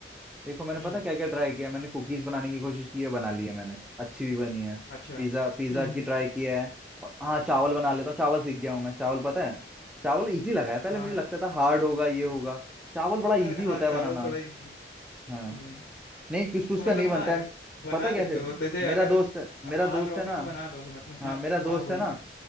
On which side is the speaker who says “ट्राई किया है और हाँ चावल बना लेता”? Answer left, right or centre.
Centre